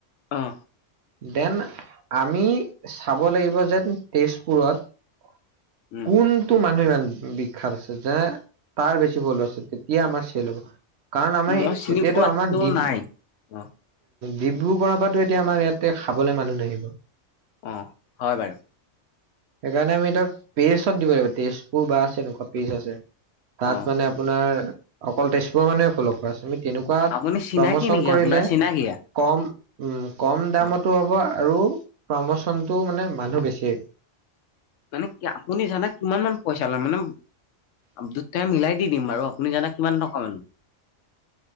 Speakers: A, on the left (about 80°); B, on the right (about 65°).
A: অহ ',
B: দেন আমি চাব লাগিব যেন তেজপুৰত
A: উম,
B: কোনটো মানুহে ভাল বিখ্যাত আছে যে তাৰ বেছি ভল আছে তেতিয়া আমাৰ চেল হ'ব। কাৰণ আমাৰ
A: মই চিনি
B: এতিয়াতো
A: পোৱাতো
B: আমাৰ দ উম,
A: নাই অ',
B: ডিব্ৰুগড়ৰ পৰাো এতিয়া আমাৰ ইয়াতে খাবলৈ মানুহ নাহিব।
A: অহ, হয় বাৰু
B: সেইকাৰণে আমি ধৰ পেৰিচত দিব লাগিব তেজপুৰ বা আছে নকুৱা পেৰিচ আছে। তাত
A: অ'।
B: মানে আপোনাৰ অকল তেজপুৰৰ মানুহে ফ'ল' কৰা আছে। তেনেকুৱাত
A: আপুনি চিনাকি
B: প্ৰমোচন
A: নেকি
B: কৰিলে
A: আপোনাৰ চিনাকিয়া
B: কম উম কম দামতো
A: অ
B: হ'ব আৰু প্ৰমোচনটো মানে মানুহ বেছি
A: মানে কি আপুনি জানে কিমান মান পইচা লে মানে দুটাই মিলাই দি দিম বাৰু আপুনি জানা কিমান টকা মান